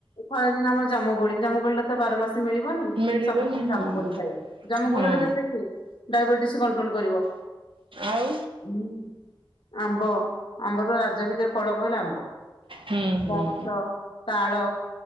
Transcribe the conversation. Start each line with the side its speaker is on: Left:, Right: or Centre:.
Left: ଖରାଦିନ ଆମର ଜାମୁ କୋଳି ଜାମୁ କୋଳିଟା ତ ବାର ମାସ ମିଳିବନି,
Right: ମିଳିବନି
Left: ସବୁଦିନ ଜାମୁ
Right: ହଁ
Left: କୋଳି ଖାଇବି, ଜାମୁ
Right: ହଁ
Left: କୋଳିର କେତେ ଇଏ। ଡାଇବେଟିସ୍ କଣ୍ଟ୍ରୋଲ୍ କରିବ।
Right: ଆଉ?
Left: ହୁଁ। ଆମ୍ବ, ଆମ୍ବ ତ ରାଜା ଭିତରେ ଫଳ କହିଲେ ଆମ୍ବ,
Right: ହୁଁ ହୁଁ
Left: ପଣସ ତାଳ,